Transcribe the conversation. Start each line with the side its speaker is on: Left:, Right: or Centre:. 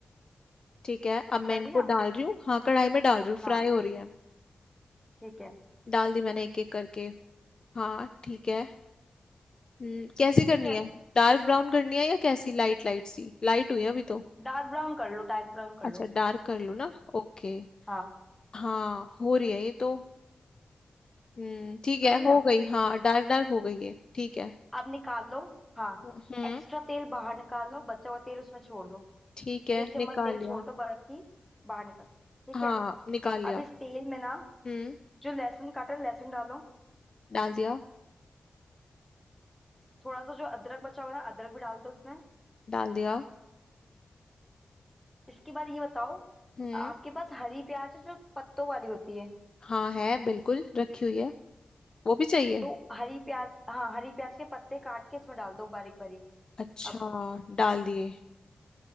Left: ठीक है अब
Centre: कर
Left: मैं इनको
Centre: दिया
Left: डाल रही हूँ हाँ कढ़ाई में डाल रही हूँ
Centre: हाँ
Left: फ्राई हो रही है
Centre: ठीक है
Left: डाल दी मैंने एक एक करके हाँ ठीक है हम्म कैसी
Centre: ठीक
Left: करनी
Centre: है
Left: है डार्क ब्राउन करनी है या कैसी लाइट लाइट सी लाइट हुई है अभी तो
Centre: डार्क ब्राउन कर लो डार्क ब्राउन कर लो
Left: अच्छा डार्क कर लूँ ना ओके
Centre: हाँ
Left: हाँ हो रही है ये तो हम्म ठीक है
Centre: कर लिया
Left: हो गई हाँ डार्क डार्क हो गई है ठीक है
Centre: अब निकाल लो हाँ
Left: हम्म
Centre: एक्स्ट्रा तेल बाहर निकाल लो बचा हुआ तेल उसमें छोड़ दो
Left: ठीक है
Centre: एक चम्मच
Left: निकाल
Centre: तेल
Left: लिया
Centre: छोड़ दो बाकी बाहर निकल ठीक
Left: हाँ
Centre: है
Left: निकाल लिया
Centre: अब इस तेल में ना
Left: हम्म
Centre: जो लहसुन काटा है लहसुन डालो
Left: डाल दिया
Centre: थोड़ा सा जो अदरक बचा हुआ है ना अदरक भी डाल दो उसमें
Left: डाल दिया
Centre: इसके बाद ये बताओ
Left: हम्म
Centre: आपके पास हरी प्याज है जो पत्तों वाली होती है
Left: हाँ है बिल्कुल रखी हुई है वो भी चाहिए
Centre: तो हरी प्याज हाँ हरी प्याज के पत्ते काट के इसमें डाल दो बारीक बारीक
Left: अच्छा
Centre: अब
Left: डाल दिए